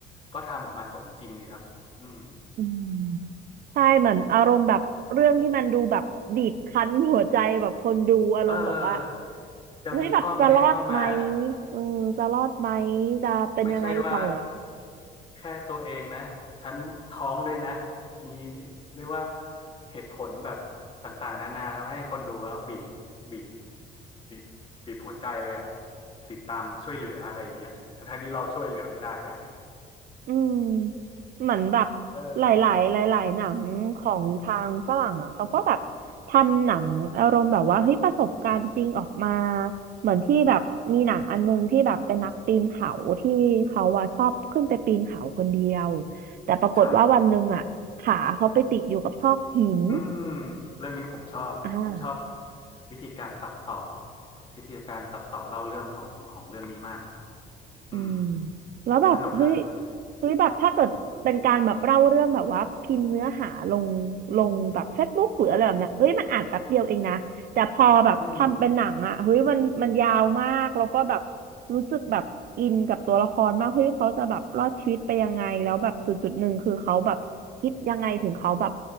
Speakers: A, on the left; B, on the right.
A: ก็ทำออกมาสมจริงดีครับอืม
B: อืมใช่เหมือนอารมณ์แบบเรื่องที่มันดูแบบบีบคั้นหัวใจแบบคนดูอารมณ์บอกว่า
A: เออจะมีข้อแม้เข้ามา
B: เฮ้ยแบบจะรอดไหมเออจะรอดไหมจะเป็นยังไงต่อ
A: ไม่ใช่ว่า แค่ตัวเองนะฉันท้องด้วยนะมีเรียกว่าเหตุผลแบบต่างๆนานาทำให้คนดูแล้วบีบบีบบีบบีบหัวใจเลยอะติดตามช่วยเหลืออะไรอย่างเงี้ยทั้งๆที่เราช่วยเหลือไม่ได้นะ
B: อืมเหมือนแบบ
A: เออ
B: หลายๆหลายๆหนังของทางฝรั่งอ่ะเขาก็แบบทำหนังอารมณ์แบบว่าเฮ้ยประสบการณ์จริงออกมาเหมือนที่แบบมีหนังอันนึงที่แบบเป็นนักปีนเขาที่เขาอ่ะชอบขึ้นไปปีนเขาคนเดียวแต่ปรากฏว่าวันหนึ่งอ่ะขาเขาไปติดอยู่กับซอกหิน
A: ครับอืมเรื่องนี้ผมชอบผมชอบ
B: อ่า
A: วิธีการตัดต่อวิธีการตัดต่อเล่าเรื่องของของเรื่องนี้มากอืม
B: อืมแล้วแบบเฮ้ย
A: สนุกครับเรื่องนี้
B: เฮ้ยแบบถ้าเกิดเป็นการแบบเล่าเรื่องแบบว่าพิมพ์เนื้อหาลงลงแบบเฟซบุ๊กหรืออะไรแบบเนี้ยเฮ้ยมันอ่านแป๊บเดียวเองนะแต่พอแบบทำเป็นหนังอ่ะเฮ้ยมันมันยาวมากแล้วก็แบบ
A: อืม
B: รู้สึกแบบอินกับตัวละครมากเฮ้ยเขาจะแบบรอดชีวิตไปยังไงแล้วแบบจุดจุดหนึ่งคือเขาแบบคิดยังไงถึงเขาแบบ